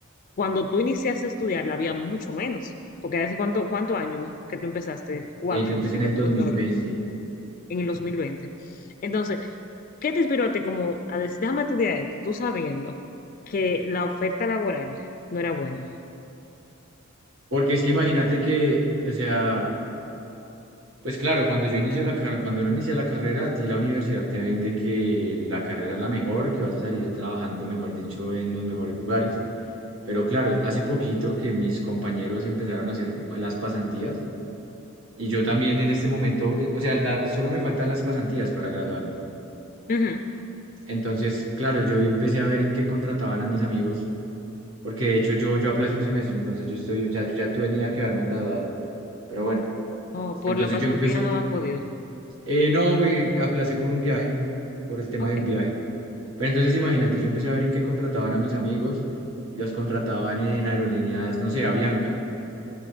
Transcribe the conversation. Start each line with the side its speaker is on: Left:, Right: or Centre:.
Left: cuando tú iniciaste a estudiar la había mucho menos, porque hace cuánto, cuántos años que tú empezaste, cuatro,
Right: Eh, yo empecé
Left: si
Right: en
Left: ya
Right: el
Left: tú
Right: 2020,
Left: estás ahora, en el 2020. Entonces, ¿qué te inspiró a ti como a decir, déjame estudiar esto, tú sabiendo que la oferta laboral no era buena?
Right: porque es que imagínate que, o sea, pues claro, cuando yo inicio la carrera, cuando uno inicia la carrera, a ti la universidad te vende que la carrera es la mejor, que vas a salir trabajando, mejor dicho, en los mejores lugares. Pero claro, hace poquito que mis compañeros empezaron a hacer las pasantías y yo también en este momento, eh, o sea, la- solo me faltan las pasantías para graduarme.
Left: Ujú.
Right: Entonces, claro, yo empecé a ver en qué contrataban a mis amigos, porque de hecho yo, yo aplacé un semestre, entonces yo estoy, ya, ya tenía que haberme graduado. Pero bueno,
Left: O por
Right: entonces
Left: la pasantía
Right: yo empecé,
Left: no has podido.
Right: eh, no, eh, aplacé por un viaje, por el tema
Left: Ok,
Right: de un viaje. Pero entonces imagínate, yo empecé a ver en qué contrataban a mis amigos y los contrataban en aerolíneas, no sé, Avianca.